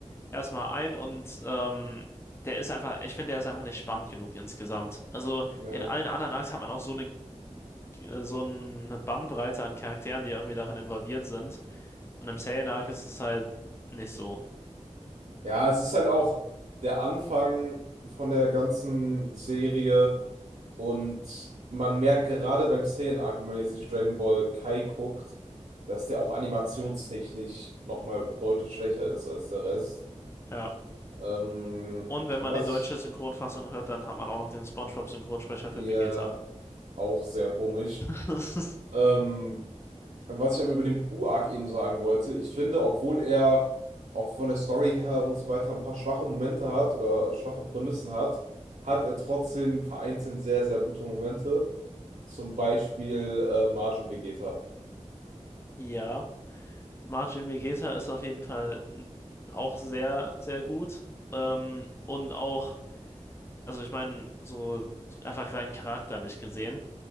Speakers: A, on the left (about 20°); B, on the right (about 65°).
A: erstmal ein und ähm, der ist einfach, ich finde, der ist einfach nicht spannend genug insgesamt. Also
B: Ja.
A: in allen anderen Arcs hat man auch so eine, äh, so eine Bandbreite an Charakteren, die irgendwie darin involviert sind. Und im Sainak ist es halt nicht so.
B: Ja, es ist halt auch der Anfang von der ganzen Serie und man merkt gerade beim Saiyan Arc, wenn man jetzt nicht Dragon Ball Kai guckt, dass der auch animationstechnisch nochmal deutlich schwächer ist als der Rest.
A: Ja.
B: Ähm,
A: Und wenn
B: was
A: man die deutsche
B: ich
A: Synchronfassung hört, dann hat man auch noch den SpongeBob-Synchronsprecher für
B: ja
A: Vegeta.
B: auch sehr komisch.
A: <laughs>
B: Ähm, Was ich aber über den Buak eben sagen wollte, ich finde, obwohl er auch von der Story her und so weiter ein paar schwache Momente hat oder schwache Prämissen hat, hat er trotzdem vereinzelt sehr, sehr gute Momente. Zum Beispiel äh, Margin Vegeta.
A: Ja. Marcin Vegeta ist auf jeden Fall auch sehr, sehr gut. Ähm, und auch, also ich meine, so einfach rein charakterlich gesehen,